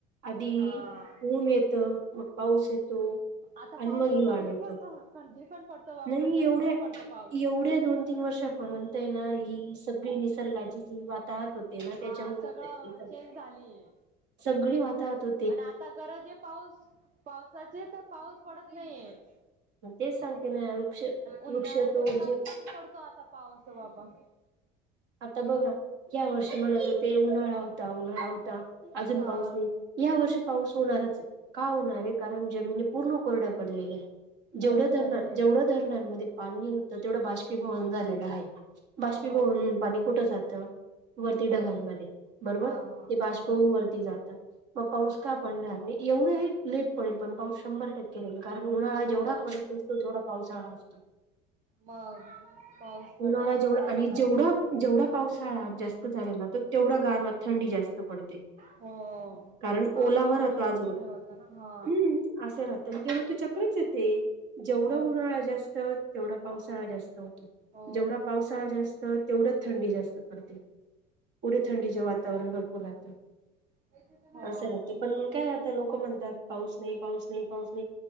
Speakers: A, on the right; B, on the right.
A: आधी
B: हा
A: ऊन येतं मग पाऊस येतो
B: आता
A: आणि
B: पाऊस
A: मग हिवाळा
B: तर कधी बी
A: येतो.
B: पड कधी पण पडतो बाबा
A: नाही
B: कधी
A: एवढ्या,
B: पण पडतो पाऊस
A: एवढ्या दोन तीन वर्षापर्यंत हे ना. ही-. सगळी निसर्गाची जी वाताहत होते ना त्याच्यामुळे
B: हा सगळं
A: होत हे ईथ.
B: चेंज झालीय
A: सगळी वाताहत अ-.
B: आणि आता गरज आहे पाऊस पावसाची तर पाऊस पडत नाही हे.
A: मग तेच सांगते ना वृक्ष
B: उन्हाळ्या
A: वृक्ष
B: दिवसात
A: तोड जी -.
B: पण पडतो आता पाउस बाबा-.
A: आता बघा ह्या वर्षी म्हणत होते उन्हाळा होता उन्हाळा होता अजून
B: हा
A: पाऊस नाही. ह्या वर्षी पाऊस होणारच हे का होणार हे कारण जमिनी पूर्ण कोरड्या पडलेल्या आहेत. जेवढं
B: खरंच
A: धरणा
B: पडले
A: जेवढं धरणांमध्ये पाणी होतं तेवढं बाष्पीभवन झालेलं आहे. बाष्पीभवन
B: हो
A: होऊन पाणी कुठं जातं? वरती ढगांमध्ये बरोबर
B: हा
A: ते
B: हा
A: बाष्पहून
B: हो
A: वरती जात. मग पाऊस का पडणार नाही एवढं हे लेट पडेल पण पाऊस शंभर टक्के- ह ह कारण उन्हाळा
B: हो
A: जेवढा कडक असतो तेेवढा पावसाळा असतो.
B: मग पाऊस पडा
A: उन्हाळा जेवढा
B: पडायला
A: आणि
B: पाहिजे
A: जेवढा
B: मग.
A: जेवढा पावसाळा जास्त झालेला तर तेवढा गारवा थंडी जास्त पडते.
B: हो
A: कारण
B: पावसामुळे
A: ओलावा राहतो
B: भरपूर
A: अजुन
B: हे होतं ना हा
A: हम्म असं राहतं म्हणजे ऋतू चक्रच हे ते. जेवढा
B: मग
A: उन्हाळा जास्त तेवढा पावसाळा जास्त होतो
B: हो
A: जेवढा पावसाळा जास्त- तेवढंच थंडी जास्त पडते पुढे थंडीचे वातावरण भरपूर राहतं.
B: हो
A: असं राहत पण काय आता लोक म्हणतात पाऊस नाही, पाऊस नाही, पाऊस नाही-